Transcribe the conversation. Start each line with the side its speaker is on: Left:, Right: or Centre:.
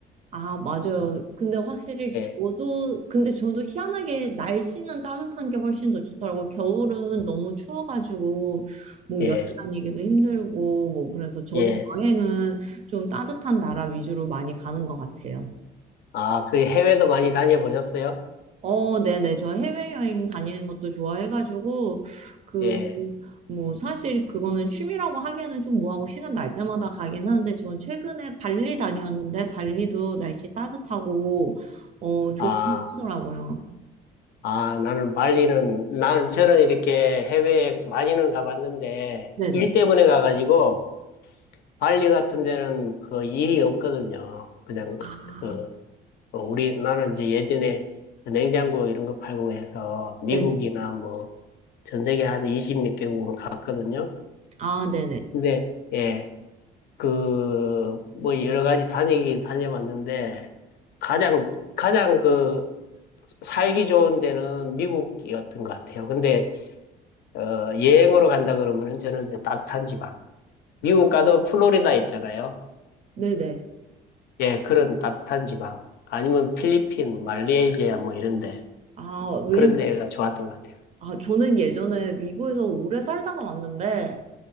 Right: 아, 맞아요.
Left: 음,
Right: 근데 확실히
Left: 예,
Right: 저도, 근데 저도 희한하게 날씨는 따뜻한 게 훨씬 더 좋더라고. 겨울은 너무 추워가지고, 뭐
Left: 예,
Right: 여행 다니기도 힘들고, 뭐 그래서 저도
Left: 예.
Right: 여행은 좀 따뜻한 나라 위주로 많이 가는 것 같아요.
Left: 아, 그 해외도 많이 다녀보셨어요?
Right: 어, 네네. 저 해외여행 다니는 것도 좋아해가지고, 그,
Left: 예.
Right: 뭐, 사실 그거는 취미라고 하기에는 좀 뭐하고 시간 날 때마다 가긴 하는데, 저는 최근에 발리 다녀왔는데, 발리도 날씨 따뜻하고, 어, 좋긴
Left: 아,
Right: 하더라고요.
Left: 아, 나는 발리는, 나는 저는 이렇게 해외에 많이는 가봤는데,
Right: 네네.
Left: 일 때문에 가가지고, 발리 같은 데는 그 일이 없거든요. 그냥,
Right: 아,
Left: 그, 어, 우리, 나는 이제 예전에 그 냉장고 이런 거 팔고 해서 미국이나
Right: 네네.
Left: 뭐, 전 세계 한 20몇 개국을 갔거든요.
Right: 아, 네네.
Left: 근데, 예, 그, 뭐 여러 가지 다니긴 다녀봤는데, 가장, 가장 그, 살기 좋은 데는 미국이었던 것 같아요. 근데, 어, 여행으로 간다 그러면은 저는 이제 따뜻한 지방. 미국 가도 플로리다 있잖아요.
Right: 네네.
Left: 예, 그런 따뜻한 지방. 아니면 필리핀, 말레이시아 뭐 이런데
Right: 아, 왜냐면,
Left: 그런 데가 좋았던 것 같아요.
Right: 아, 저는 예전에 미국에서 오래 살다가 왔는데,